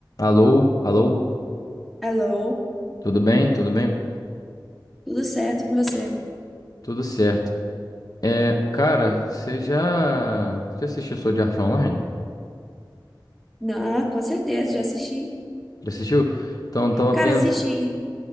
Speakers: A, on the left; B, in the centre.
A: Alô, alô,
B: Alô,
A: tudo bem? Tudo bem?
B: tudo certo com você?
A: Tudo certo. É, cara, você já, já assistiu Sword Art Online?
B: Não, com certeza, já assisti.
A: Já assistiu? Então, eu tava
B: Cara,
A: pensando,
B: assisti.